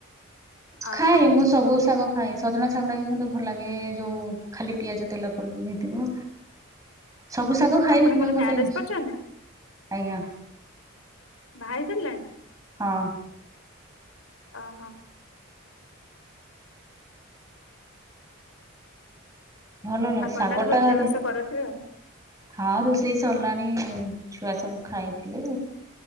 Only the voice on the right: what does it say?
ଖାଏ ମୁଁ ସବୁ ଶାଗ ଖାଏ ସଜନା ଶାଗ ଟା ବି ମୋତେ ଭଲ ଲାଗେ ଯୋଉ ଖାଲି ପିଆଜ ତେଲ ପଡିକି ହେଇଥିବ। ସବୁ ଶାଗ ଖାଇବି
କିନ୍ତୁ
ମତେ
ଆଜ୍ଞା।
ହଁ
ଭଲ ଲାଗେ
ସାଙ୍ଗଟା
ଦେ
ହଁ ରୁଷେଇ ସରିଲାଣି ଛୁଆ ସବୁ ଖାଇଥିଲି